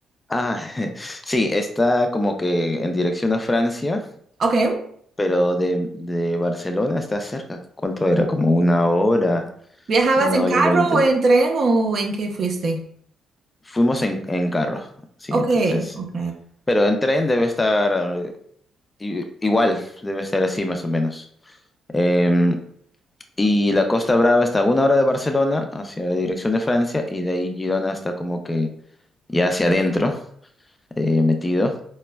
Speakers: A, on the left; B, on the right.
A: Ah, <laughs> sí, está como que en dirección a Francia,
B: Ok.
A: pero de, de Barcelona está cerca. ¿Cuánto era? Como una hora,
B: ¿Viajabas
A: una
B: en
A: hora
B: carro
A: y veinte.
B: o en tren o en qué fuiste?
A: Fuimos en, en carro, sí,
B: Ok,
A: entonces.
B: ok.
A: Pero en tren debe estar. I- Igual, debe ser así más o menos. Eh, y la Costa Brava está a una hora de Barcelona, hacia la dirección de Francia, y de ahí Girona está como que ya hacia adentro, eh, metido.